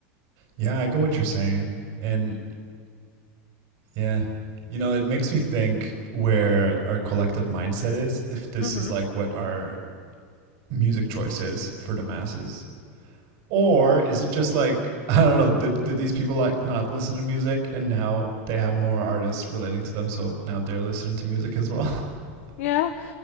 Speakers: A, on the right (about 50°); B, on the left (about 70°).
A: Yeah, I get what you're saying. And yeah, you know, it makes me think where our collective mindset is, if this
B: Mm hmm.
A: is like what our music choice is for the masses. Or is it just like, <laughs> I don't know, did, did these people like not listen to music and now they have more artists relating to them, so now they're listening to music as well? <laughs>
B: Yeah,